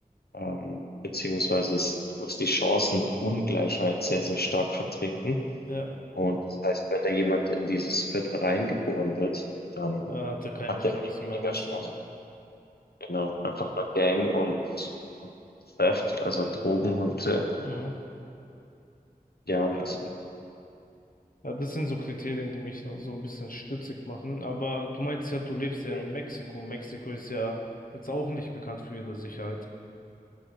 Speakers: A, on the left; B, on the left.
A: ähm, beziehungsweise ist, ist die Chancenungleichheit sehr, sehr stark vertreten.
B: Ja,
A: Und das heißt, wenn da jemand in dieses Viertel reingeboren wird, dann
B: er hatte keine
A: hat
B: Chance
A: der viel
B: mehr
A: weniger
B: rauszukommen.
A: Chancen. Genau, einfach nur Gang und, und Theft, also Drogen und äh,
B: Mhm.
A: ja, und
B: Ja, Ja, das sind so Kriterien, die mich so so ein bisschen stutzig machen. Aber du meinst ja, du lebst ja
A: äh,
B: in Mexiko. Mexiko ist ja jetzt auch nicht bekannt für ihre Sicherheit.